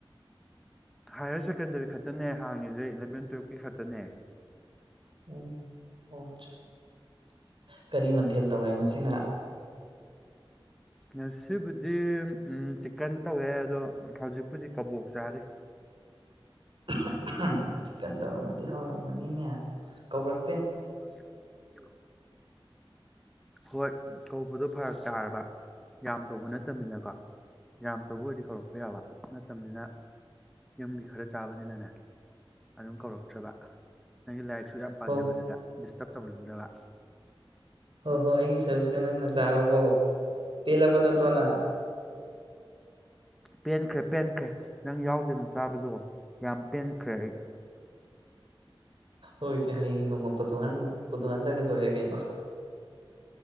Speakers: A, in the centre; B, on the right.
A: ꯍꯥꯏꯌꯔ ꯁꯦꯀꯦꯟꯗꯔꯤ ꯈꯛꯇꯅꯦ ꯍꯥꯡꯉꯤꯁꯦ ꯏꯂꯚꯦꯟ ꯇꯨ꯭ꯋꯦꯐꯀꯤ ꯈꯛꯇꯅꯦ
B: ꯎꯝ ꯑꯣꯆ ꯀꯔꯤ ꯃꯠ ꯊꯦꯜ ꯇꯧꯔꯦ ꯉꯥꯁꯤꯅ
A: ꯉꯥꯁꯤꯕꯨꯗꯤ ꯎꯝ ꯆꯤꯛꯀꯟ ꯇꯧꯋꯦ ꯑꯗꯣ ꯍꯧꯖꯤꯛꯄꯨꯗꯤ ꯀꯕꯣꯛ ꯆꯥꯔꯤ
B: <inaudible> ꯆꯤꯛꯀꯟ ꯇꯧꯔꯝꯃꯗꯤ ꯍꯥꯎꯔꯝ ꯃꯅꯤꯅꯦ ꯀꯧꯔꯛ
A: ꯀꯧꯔꯛꯇꯦꯅ ꯃꯤꯗꯤ ꯍꯣꯏ ꯀꯧꯕꯗꯨ ꯐꯔꯛ ꯇꯥꯔꯕ ꯌꯥꯝ ꯇꯧꯕ ꯅꯠꯇꯕꯅꯤꯅꯀꯣ ꯌꯥꯝ ꯇꯧꯕ ꯑꯣꯏꯔꯗꯤ ꯁꯣꯔꯛꯄ ꯌꯥꯕ ꯅꯠꯇꯝꯅꯤꯅ ꯌꯨꯝꯒꯤ ꯈꯔ ꯆꯥꯕꯅꯤꯅꯅꯦ ꯑꯗꯨꯝ ꯀꯧꯔꯛꯇ꯭ꯔꯥꯕ ꯅꯪꯗꯤ ꯂꯥꯏꯔꯤꯛꯁꯨ ꯌꯥꯝ ꯄꯥꯖꯕꯗꯨꯗ
B: ꯍꯣ
A: ꯗꯤꯁꯇꯕ ꯇꯧꯅꯤꯡꯗ꯭ꯔꯕ
B: ꯑꯣ ꯑꯩꯒꯤ ꯁꯔꯨꯛꯁꯦ ꯅꯪꯅ ꯆꯥꯔꯣꯀꯣ ꯄꯦꯜꯂꯕ ꯅꯠꯇ꯭ꯔꯣ ꯅ
A: ꯄꯦꯟꯈ꯭ꯔꯦ ꯄꯦꯟꯈ꯭ꯔꯦ ꯅꯪ ꯌꯥꯎꯗꯅ ꯆꯥꯕꯗꯣ ꯌꯥꯝ ꯄꯦꯟꯈ꯭ꯔꯦ ꯑꯩ
B: ꯍꯣꯏ ꯁꯦ ꯍꯌꯦꯡ ꯅꯣꯡꯃ ꯄꯨꯊꯣꯛꯍꯜ ꯄꯊꯣꯛꯍꯜꯂꯒ ꯂꯣꯏꯔꯦ ꯀꯩꯅꯣ